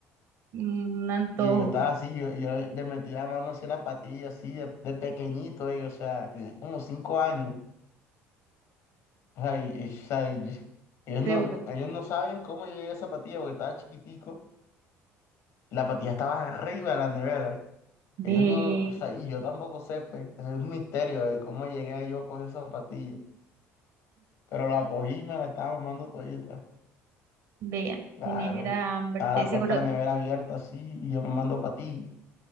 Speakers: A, on the right; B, on the left.
A: Un antojo,
B: Y yo estaba así, yo, yo le le metí la mano así a la patilla, así, de, de pequeñito, ellos, o sea, tenía como 5 años, o sea, y- y, o sea, y- ellos
A: seguro.
B: no, no- ellos no saben cómo yo llegué a esa patilla, porque estaba chiquitico, y la patilla estaba arriba de la nevera.
A: Ve,
B: Ellos no, o sea, y yo tampoco sé, pues, es un misterio de cómo llegué yo a coger esa patilla. Pero la cogí y me la estaba mamando todita.
A: vea,
B: Claro.
A: tenías era hambre,
B: Estaba
A: te-
B: la
A: seguro,
B: puerta de la nevera abierta así y yo mamando patillas.